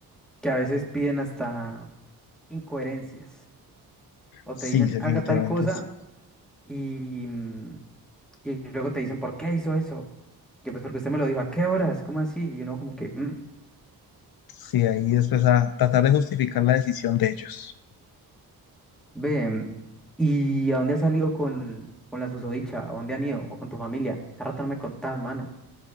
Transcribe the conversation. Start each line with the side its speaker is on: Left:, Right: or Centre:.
Centre: que a veces piden hasta incoherencias. O
Left: Sí,
Centre: te dicen,
Left: sí, definitivamente.
Centre: haga tal cosa
Left: Sí,
Centre: y, mm, y luego te dicen, ¿por qué hizo eso? Yo, pues porque usted me lo dijo, ¿a qué horas? ¿Cómo así? Y uno como que, "Mm,
Left: Sí, ahí después a tratar de justificar la decisión de ellos.
Centre: ve, mm, ¿y a dónde has salido con, con la susodicha? ¿A dónde han ido? ¿O con tu familia? A rato no me contás, mano.